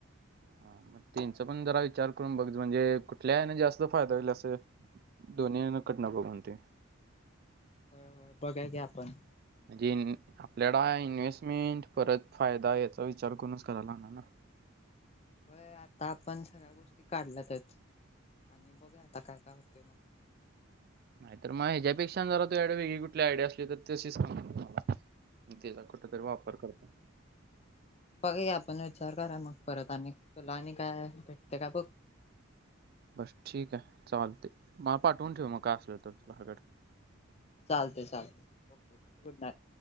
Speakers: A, on the right; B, on the left.
A: हा मग त्यांचा पण जरा विचार करून बघ म्हणजे कुठल्या ह्याने जास्त फायदा होईल असं दोन्ही कडना बघून ते
B: होय होय, बघाय की आपण
A: म्हणजे आपल्याला इन्व्हेस्टमेंट परत फायदा याचा विचार करूनच कराय लागणार ना
B: होय आता आपण सगळ्या गोष्टी काढल्यातच आणि बघू आता काय काय होतय.
A: नाही तर मग ह्याच्यापेक्षा जरा तू वेगळी कुठली आयडिया असली तर तशीच सांग. त्याचा कुठ तरी वापर करतो.
B: बघूया आपण विचार करा मग परत आणि तुला आणि काय भेटते का बघ
A: बस ठीक आहे चालते मला पाठवून ठेव मग काय असलं तर तुला हकड
B: चालते चालते. Okay good night.